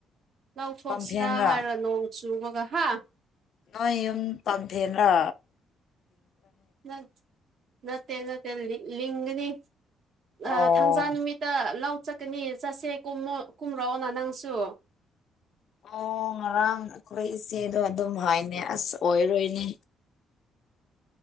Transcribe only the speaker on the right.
ꯂꯧꯊꯣꯛꯁꯤꯔꯥ
ꯍꯥꯏꯔꯣ ꯅꯣꯡ ꯆꯨꯕꯒ ꯍꯥ
ꯅꯠ ꯅꯠꯇꯦ ꯅꯠꯇꯦ ꯂꯤꯡꯒꯅꯤ ꯑꯥ
ꯊꯥꯡꯖꯥ ꯅꯨꯃꯤꯠꯇ ꯂꯧ ꯆꯠꯀꯅꯤ ꯆꯠꯁꯦ ꯀꯨꯝꯃ ꯀꯨꯝꯔꯛꯑꯣꯅ ꯅꯪꯁꯨ